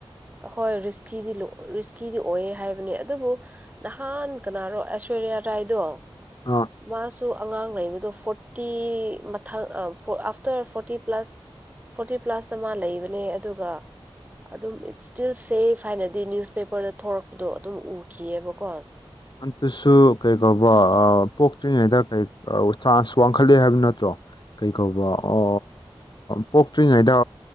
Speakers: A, on the right; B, on the left.
A: ꯍꯣꯏ ꯔꯤꯁꯀꯤꯗꯤ ꯂꯣ ꯔꯤꯁꯀꯤꯗꯤ ꯑꯣꯏꯌꯦ ꯍꯥꯏꯕꯅꯦ ꯑꯗꯨꯕꯨ ꯅꯍꯥꯟ ꯀꯅꯥꯔꯣ ꯑꯥꯏꯁꯣꯔꯤꯌꯥ ꯔꯥꯏꯗꯣ
B: ꯑꯥ
A: ꯃꯥꯁꯨ ꯑꯉꯥꯡ ꯂꯩꯕꯗꯣ ꯐꯣꯔꯇꯤ ꯃꯊꯪ ꯑ ꯑꯥꯐꯇꯔ ꯐꯣꯔꯇꯤ ꯄ꯭ꯂꯁ ꯐꯣꯔꯇꯤ ꯄ꯭ꯂꯁꯇ ꯃꯥ ꯂꯩꯕꯅꯦ ꯑꯗꯨꯒ ꯑꯗꯨꯝ ꯁ꯭ꯇꯤꯜ ꯁꯦꯐ ꯍꯥꯏꯅꯗꯤ ꯅ꯭ꯌꯨꯁꯄꯦꯄꯔꯗ ꯊꯣꯛꯔꯛꯄꯗꯣ ꯑꯗꯨꯝ ꯎꯈꯤꯑꯦꯕꯀꯣ
B: ꯑꯟꯇꯨꯁꯨ ꯀꯩ ꯀꯧꯕꯔꯥ ꯑ ꯄꯣꯛꯇ꯭ꯔꯤꯉꯩꯗ ꯀꯔꯤ ꯆꯥꯟꯁ ꯋꯥꯡꯈꯠꯂꯦ ꯍꯥꯏꯕ ꯅꯠꯇ꯭ꯔꯣ ꯀꯩ ꯀꯧꯕ ꯑ ꯄꯣꯛꯇ꯭ꯔꯤꯉꯩꯗ